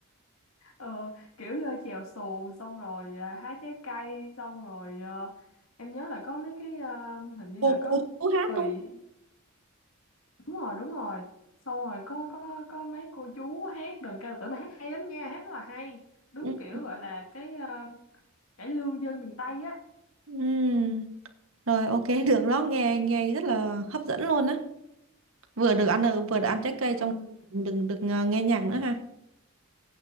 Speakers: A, on the left; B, on the right.
A: Ờ, kiểu ờ, chèo xuồng xong rồi à, hái trái cây xong rồi ờ, em nhớ là có mấy cái ờ, hình như
B: Cô
A: là
B: cô
A: có
B: chú hát
A: tùy
B: đúng
A: đúng rồi đúng rồi xong rồi có có có mấy cô chú hát đờn ca tài tử mà hát hay lắm nha hát rất là hay đúng
B: không?
A: kiểu
B: Ừ.
A: gọi là cái ờ, cải lương dân miền Tây á
B: Ừ. Rồi ok <laughs> được đó, nghe nghe rất là hấp dẫn luôn á. vừa được ăn ờ, vừa được ăn trái cây
A: ừ,
B: xong đừng được ờ, nghe nhạc nữa ha